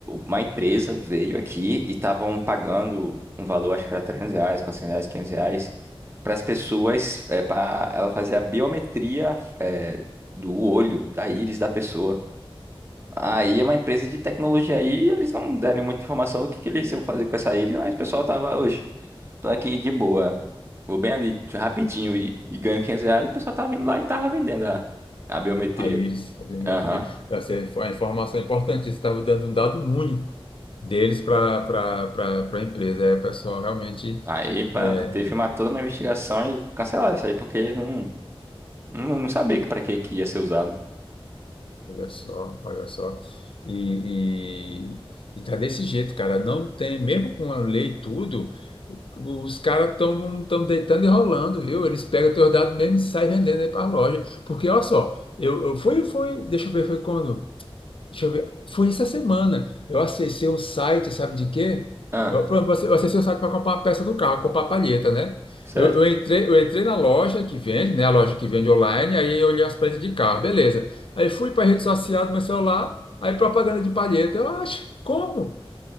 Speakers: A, on the right; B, on the left.
A: uma empresa veio aqui e estavam pagando um valor, acho que era 300 reais, 400 reais, 500 reais, para as pessoas, é, para ela fazer a biometria, é, do olho, da íris da pessoa. Aí é uma empresa de tecnologia aí, eles não deram muita informação do que, que eles iam fazer com essa íris, mas o pessoal tava, oxe, tô aqui de boa, vou bem ali, rapidinho, e, e ganho 500 reais, o pessoal tava indo lá e tava vendendo a, a biometria.
B: Aires, a biometria.
A: Aham.
B: Essa é a informação é importante. Isso estava dando um dado único deles para a empresa. É, o pessoal, realmente,
A: Aí pá,
B: é,
A: teve uma, toda uma investigação e cancelaram isso aí, porque não, não, não sabia que para que que ia ser usado.
B: olha só, olha só. E, e, e tá desse jeito, cara. Não tem, mesmo com a lei e tudo, os caras estão tão tão deitando e rolando, viu? Eles pegam teus dados mesmo e saem vendendo aí para a loja. Porque, olha só, eu, eu fui, foi, deixa eu ver, foi quando? Deixa eu ver. Foi essa semana. Eu acessei um site, sabe de quê?
A: Ah,
B: Eu, por exemplo, eu acessei um site para comprar uma peça do carro, comprar a palheta, né?
A: certo.
B: Eu, eu entrei, eu entrei na loja que vende, né? A loja que vende online, aí eu olhei as peças de carro, beleza. Aí fui para a rede social do meu celular, aí propaganda de palheta. Eu acho, como? <laughs>